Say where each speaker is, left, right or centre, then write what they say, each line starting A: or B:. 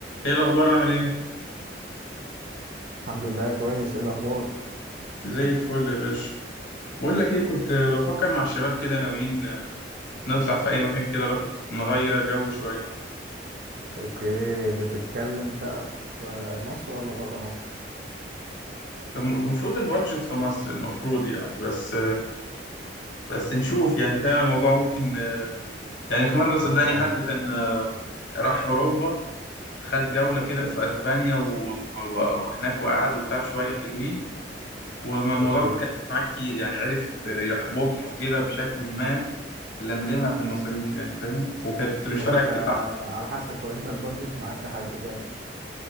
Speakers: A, on the left (about 75°); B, on the right (about 55°).
A: ايه الاخبار عامل ايه
B: الحمد لله كويس ايه الاخبار
A: زي الفل يا باشا بقول لك ايه كنت بفكر مع الشباب كده ناويين نطلع في اي مكان كده الواحد نغير جو شويه
B: اوكي بتتكلم بقى في مصر ولا بره مصر
A: المفروض البادجت في مصر المفروض يعني بس بس نشوف يعني فاهم الموضوع ممكن يعني في مره صدقني
B: طب انت
A: حد كان راح اوروبا خد جوله
B: اوكي
A: كده في اسبانيا و- و- وهناك وقعد وبتاع شويه حلوين وما الموضوع
B: اوكي
A: ما اتكلمش معاه كتير يعني عرف يحبكها كده بشكل ما لملمها في المصاريف يعني فاهم وكانت مش
B: طب
A: فارقه
B: انت
A: كتير
B: على حسب طب انت البادجت معاك لحد كام